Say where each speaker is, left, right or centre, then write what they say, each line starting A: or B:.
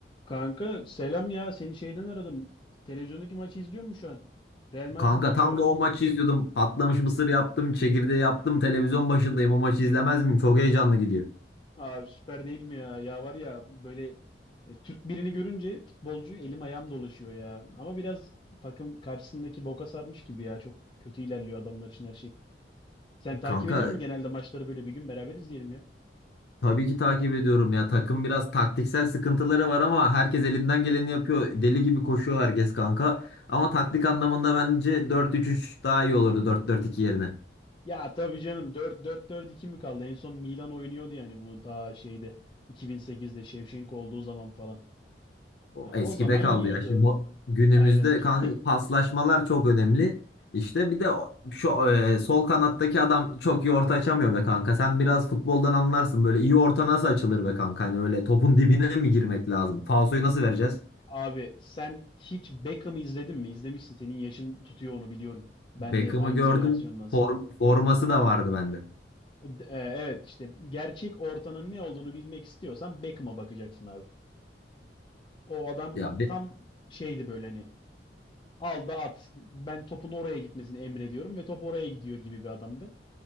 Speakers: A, on the left; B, on the left.
A: Kanka selam ya seni şeyden aradım. Televizyondaki maçı izliyor musun şu an? Real Madrid'in
B: Kanka
A: maçı
B: tam
A: var.
B: da o maçı izliyordum. Patlamış mısır yaptım, çekirdeği yaptım. Televizyon başındayım. O maçı izlemez miyim? Çok heyecanlı gidiyor.
A: Abi süper değil mi ya? Ya var ya böyle e, Türk birini görünce futbolcu elim ayağım dolaşıyor ya. Ama biraz takım karşısındaki boka sarmış gibi ya. Çok kötü ilerliyor adamlar için her şey. Sen takip
B: Kanka
A: ediyor musun genelde maçları böyle bir gün beraber izleyelim ya.
B: tabii ki takip ediyorum ya. Takım biraz taktiksel sıkıntıları var ama herkes elinden geleni yapıyor. Deli gibi koşuyor herkes kanka. Ama taktik anlamında bence 4-3-3 daha iyi olurdu 4-4-2 yerine.
A: Ya tabii canım 4 4 4 iki mi kaldı? En son Milan oynuyordu yani bunu ta şeyde 2008'de Şevçenko olduğu zaman falan.
B: O
A: Ha,
B: eskide
A: o zaman
B: kaldı
A: yiyordu.
B: ya. Şimdi o- günümüzde
A: Aynen.
B: kanka
A: <laughs>
B: paslaşmalar çok önemli. İşte bir de o- şu e, sol kanattaki adam çok iyi orta açamıyor be kanka. Sen biraz futboldan anlarsın. Böyle iyi orta nasıl açılır be kanka? Hani böyle topun dibine mi girmek lazım? Falsoyu nasıl vereceğiz?
A: Abi sen hiç Beckham'ı izledin mi? İzlemişsin. Senin yaşın tutuyor onu biliyorum. Benle
B: Beckham'ı
A: aynı
B: gördüm.
A: jenerasyondansın.
B: Form, forması da vardı bende.
A: D- e, Evet işte gerçek ortanın ne olduğunu bilmek istiyorsan Beckham'a bakacaksın abi. O adam
B: Ya Be-
A: tam şeydi böyle hani al da at. Ben topun oraya gitmesini emrediyorum ve top oraya gidiyor gibi bir adamdı.